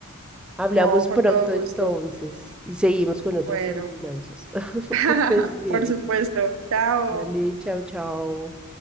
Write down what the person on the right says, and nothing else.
No, con
todo gusto.
Bueno,
<laughs>
por supuesto. Chao.